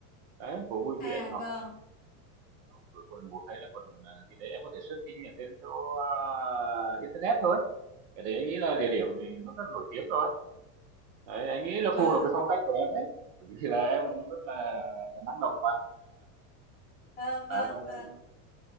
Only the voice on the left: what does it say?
À
vâng.
Vâng.
Ờ
vâng
vâng.